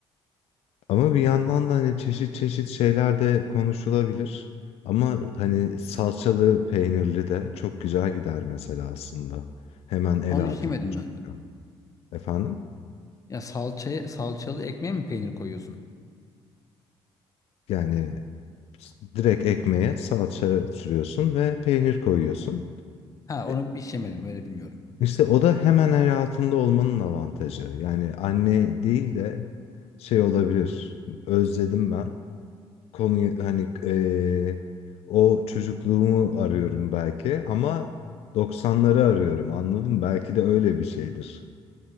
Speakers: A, on the left; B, on the left.
A: ama bir yandan da hani çeşit çeşit şeyler de konuşulabilir ama hani salçalı peynirli de çok güzel gider mesela aslında hemen el
B: Onu
A: altında
B: hiç yemedim
A: çünkü.
B: ben.
A: Efendim
B: Ya salçaya salçalı ekmeğe mi peynir koyuyorsun?
A: yani s- direkt ekmeğe salça sürüyorsun ve peynir koyuyorsun.
B: Tamam. Ha onu
A: E,
B: hiç yemedim öyle bilmiyorum.
A: İşte o da hemen el altında olmanın avantajı. Yani anne değil de şey olabilir. Özledim ben. Konuyu hani eee, o çocukluğumu arıyorum belki ama doksanları arıyorum anladın mı? Belki de öyle bir şeydir.